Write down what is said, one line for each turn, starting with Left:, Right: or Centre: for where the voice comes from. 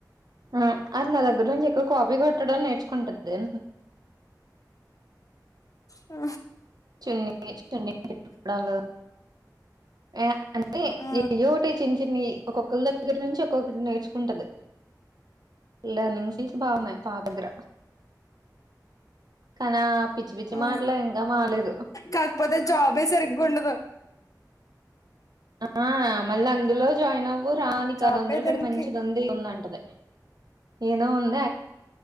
Right: ఆ అది నా దగ్గర నుంచి ఎక్కువ కాపీ కొట్టడం నేర్చుకుంటుంది
Left: ఆ
Right: చున్నీ <unintelligible> పెట్టుకోడాల ఏ అన్ని
Left: ఆ
Right: యోటి చిన్న చిన్ని ఒక్కొక్కరి దగ్గర నుంచి ఒక్కొక్కరు నేర్చుకుంటది లర్నింగ్స్ నీకి బాగున్నాయి పాప దగ్గర కనా పిచ్చి పిచ్చి
Left: ఆ
Right: మాటలే ఇంకా మాలేదు
Left: కాకపోతే జాబే సరిగ్ ఉండదు
Right: ఆ మళ్ళీ అందులో జాయిన్ అవ్వు రాని
Left: జాబే
Right: కద అందులో
Left: దానికి
Right: క మంచి దొందిల్ ఉంద ఏదో ఉన్